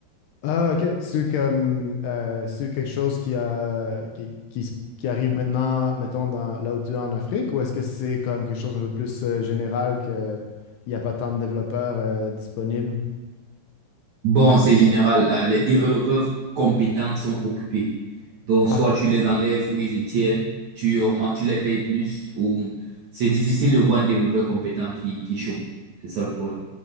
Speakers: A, on the left; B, on the right.
A: Ah, ok. C'est comme euh, c'est quelque chose qui, a, qui, qui, s- qui arrive maintenant, mettons, dans, là où tu es en Afrique, ou est-ce que c'est comme quelque chose un peu plus euh, général qu'il n'y a pas tant de développeurs euh, disponibles?
B: Bon, c'est général. Euh, les développeurs compétents sont occupés. Donc, soit
A: Ah,
B: tu les enlèves ou ils les tiennent, tu augmentes, tu les payes plus, ou c'est difficile de voir un développeur compétent qui, qui chôme. C'est ça le problème.